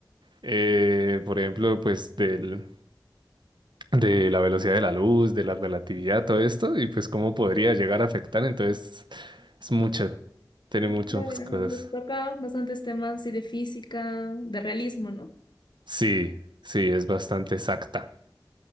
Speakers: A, on the right; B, on the left.
A: eh, por ejemplo, pues del, de la velocidad de la luz, de la relatividad, todo esto, y pues cómo podría llegar a afectar. Entonces, es mucho. Tiene muchas
B: Claro,
A: cosas.
B: nos toca bastantes temas sí, de física, de realismo, ¿no?
A: Sí, sí, es bastante exacta.